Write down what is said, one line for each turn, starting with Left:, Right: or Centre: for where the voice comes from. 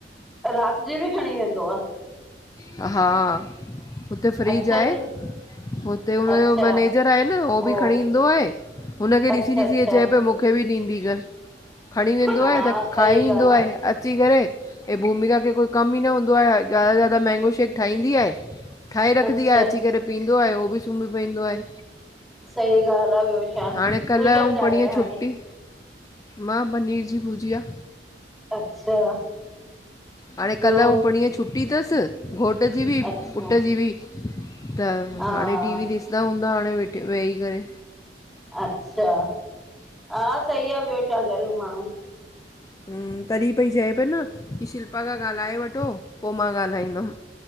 Centre: रात जी ॿि खणी वेंदो आ?
Left: हा, हुते फ्रिज
Centre: अच्छा
Left: आहे।
Centre: जी
Left: हुते हुनयो
Centre: अच्छा
Left: मैनेज़र आहे न, हो
Centre: पो
Left: बि खणी ईंदो आहे हुनखे ॾिसी-ॾिसी
Centre: अच्छा अच्छा
Left: हे चए पयो, मूखे बि ॾींदी कर। खणी वेंदो
Centre: हा
Left: आहे त
Centre: सही
Left: खाई ईंदो
Centre: ॻाल्हि
Left: आहें
Centre: आ
Left: या अची करे! हे भूमिका खे कोई कम ई न हूंदो आहे, ज़्यादा से ज़्यादा मैंगो शेक ठाहींदी आहे। ठाहे रखदी
Centre: अच्छा
Left: आ, अची करे पींदो आहे हो भी सुमी पऐंदो आहे।
Centre: सही ॻाल्हि आ ॿियो छा
Left: हाणे कल
Centre: तूं छा
Left: अउँ
Centre: चाढ़ियए
Left: पणीह छुट्टी।
Centre: हाणे?
Left: मां पनीर जी भुजिया।
Centre: अच्छा।
Left: हाणे
Centre: ॿियो?
Left: कल अउँ पणीह छुट्टी तस घोट जी ॿि,
Centre: अच्छा
Left: पुट जी ॿि। त!
Centre: हा
Left: हाणे टीवी ॾिसदा हूंदा हाणे वेठे वेहीं करे।
Centre: अच्छा! हा सही आ ॿयो छा करे माणू।
Left: हूम्म, तॾहिं पई चए प न कि शिल्पा खां गालाए वठो, पो मां गालाई दम।